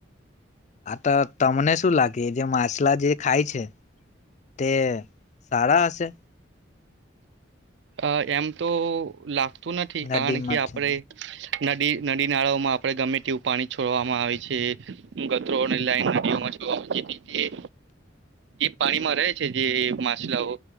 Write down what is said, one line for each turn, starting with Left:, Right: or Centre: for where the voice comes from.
Left: આ તો તમને શું લાગે જે માછલા જે ખાય છે તે સારા હશે
Right: અ એમ તો લાગ નથી
Left: નદીમાંથી
Right: કારણ કે આપણેે નદી નદી નાળાઓમાં આપણે ગમે તેવું પાણી છોડવામાં આવે છે ગટરોની લાઈન નદીઓમાં છોડ મૂકી દીધી એ પાણીમાં રહે છે જે માછલાઓ